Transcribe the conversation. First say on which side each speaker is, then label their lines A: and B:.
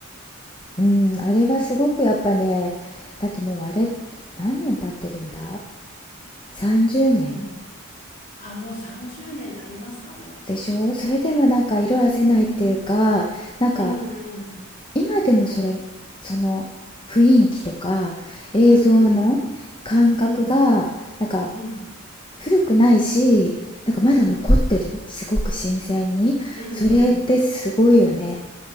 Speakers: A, on the left (about 20°); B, on the left (about 35°).
A: うんあれはすごくやっぱねだってもうあれ何年経ってるんだ30年
B: <laughs> もうあもう30年になりますかね
A: でしょそれでもなんか色褪せないっていうかなんか
B: うんうん
A: 今でもそれその雰囲気とか映像の感覚がなんか
B: うんうんうんうん
A: 古くないしなんかまだ残ってるすごく新鮮にそれってすごいよね
B: うんうんうんうんうん